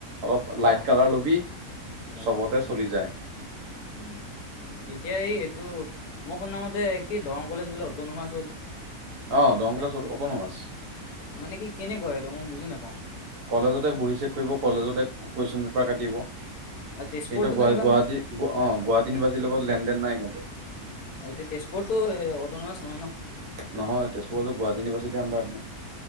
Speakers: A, on the right (about 85°); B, on the left (about 75°).
A: অলপ লাইট
B: অ
A: কালাৰ ল'বি
B: লাইট
A: চবতে
B: কালাৰ
A: চলি
B: ন
A: যায়।
B: উম, এতিয়া এই, এইটো মই শুনামতে কি দৰং কলেজ বোলে অটোনমাছ হ'ল!
A: অ' দৰং কলেজ অটন'মাছ
B: মানে কি কেনেকুৱা এইটো মই বুজি নাপাওঁ।
A: কলেজতে বহি চেক কৰিব কলেজতে কু-কুৱেশ্যন পেপাৰ কাটিব। কিন্তু
B: তেজপুৰতো
A: গুৱাহাটী
B: তেনেকুৱা নহয়
A: অ' গুৱাহাটী ইউনিভাৰ্চিটি লগত লেন-দেন নাই সিহঁতৰ।
B: এতিয়া তেজপুৰতটো অটন'মাছ নহয় ন?
A: নহয় তেজপুৰতো গুৱাহাটী ইউনিভাৰ্চিটিৰ আণ্ডাৰত ন